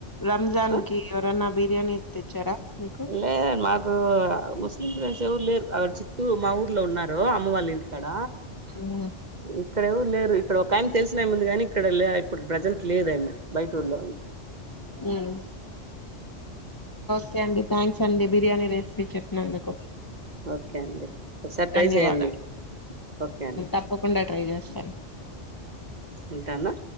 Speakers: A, on the left (about 20°); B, on the right (about 40°).
A: రంజాన్
B: ఆ
A: కి ఎవరన్నా బిర్యానీ తెచ్చారా మీకు
B: లేదండి మాకు ముస్లిం ఫ్రెండ్స్ ఎవరు లేరు అక్కడ చి తు మా ఊర్లో ఉన్నారు అమ్మ వాళ్ళ ఇంటికాడ
A: మ్మ్
B: ఇక్కడ ఎవరు లేరు ఇక్కడ ఒక కానీ తెలిసిన ముందుగాని ఇక్కడ లే ఇప్పుడు ప్రజెంట్ లేదమ బయటళ్ళ
A: మ్మ్ ఓకే అండి థ్యాంస్ అండి బిర్యానీ రెసిపీ చెప్పినందుకు
B: ఓకే అండి ఒకసారి ట్రై
A: ధన్యవాదాలు
B: చెయండి ఓకే అండి
A: తప్పకుండా ట్రై చేస్తాను
B: ఉంటానా